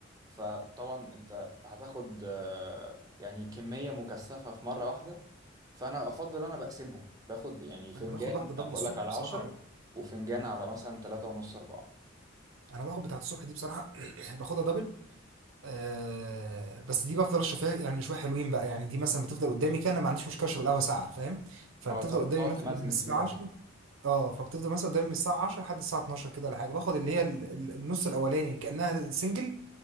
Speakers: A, on the right; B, on the right.
A: فطبعا انت هتاخد آه، يعني كميه مكثفه في مره واحده فانا افضل انا بقسمهم باخد يعني فنجان
B: انا باخد واحده دبل
A: بقول
B: الصبح
A: لك على
B: بصراحه
A: عشرة
B: أه.
A: وفنجان على مثلا تلاتة ونص أربعة
B: انا باخد بتاعت الصبح دي بصراحه <clears throat> باخدها دبل آه بس دي بفضل اشرب فيها يعني شويه حلوين بقى يعني دي مثلا بتفضل قدامي كده انا ما عنديش مشكله اشرب القهوه ساعه فاهم فبتفضل
A: ما هو تق-
B: قدامي
A: تقعد
B: مثلا
A: تمزمز
B: من الساعه
A: فيها
B: 10
A: كده
B: اه فبتفضل مثلا قدامي من الساعه 10 لحد الساعه 12 كده ولا حاجه باخد اللي هي ال- ال- النص الاولاني كانها سنجل